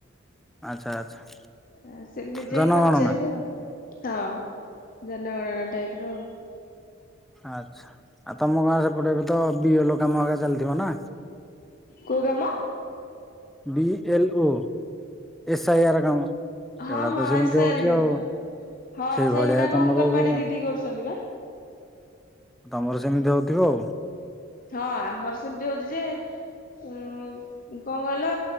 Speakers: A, in the centre; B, on the left (about 45°).
A: ଆଚ୍ଛା ଆଚ୍ଛା।
B: ଆ ସେମିତି ଯାଇି
A: ଜନଗଣନା
B: ପଚାରିବ ହଁ ଜନଗଣନା ଟାଇପର।
A: ଆଛା ଆଉ ତମ ଗାଁ ସେପଟେ ଏବେ ତ ବି ଏଲ କାମ ଆକା ଚାଲିଥିବ ନା?
B: କଉ କାମ?
A: B L O. S I R କାମ ସେଗୁଡା
B: ହଁ ହଁ
A: ତ ସେମିତି
B: ଏସାରି
A: ହଉଛି
B: କାମ
A: ଆଉ।
B: ହଁ
A: ସେଇ
B: ସେଇଗୁଡାକ
A: ଭଳିଆ ତମର
B: ଅଙ୍ଗନବାଡି
A: ଏବେ
B: ଦିଦି କରୁଛନ୍ତି ବା।
A: ତମର ସେମିତି ହଉଥିବ ଆଉ।
B: ହଁ ଆମର ସେମିତି ହଉଛି ଯେ ଉଁ କଣ କହିଲ